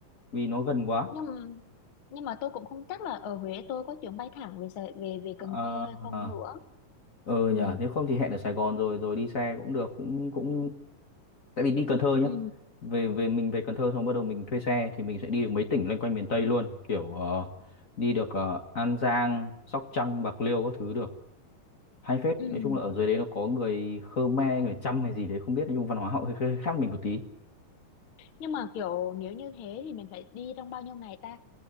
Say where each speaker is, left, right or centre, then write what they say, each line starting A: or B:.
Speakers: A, on the left (about 35°); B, on the left (about 55°).
A: vì nó gần quá
B: nhưng mà nhưng mà tôi cũng không chắc là ở Huế tôi có chuyến bay thẳng về Sài- về về
A: Ờ
B: Cần Thơ hay không
A: ờ
B: nữa
A: ờ,
B: ừ
A: nhờ nếu không thì hẹn ở Sài Gòn rồi rồi đi xe cũng được cũng cũng tại vì đi Cần Thơ nhá
B: ừ
A: về về mình về Cần Thơ xong bắt đầu mình thuê xe thì mình sẽ đi được mấy tỉnh loanh quanh miền Tây luôn kiểu ờ, đi được ờ, An Giang Sóc Trăng Bạc Liêu các thứ được hay phết
B: ừ
A: nói chung là ở dưới đấy nó có người Khmer người Chăm hay gì đấy không biết nói chung văn hóa họ hơi, hơi khác mình một tí
B: nhưng mà kiểu nếu như thế thì mình phải đi trong bao nhiêu ngày ta